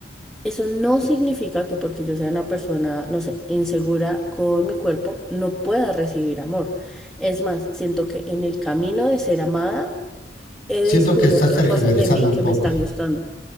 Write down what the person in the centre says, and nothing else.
eso no significa que porque yo sea una persona, no sé, insegura con mi cuerpo, no pueda recibir amor. Es más, siento que en el camino de ser amada he descubierto
cosas de mí
que
me están gustando.